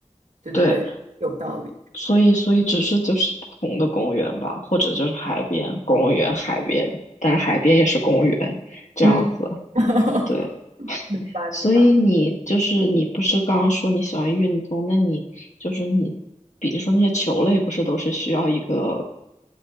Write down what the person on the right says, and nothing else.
对对对，
有道理。
嗯，<laughs>
明白明白。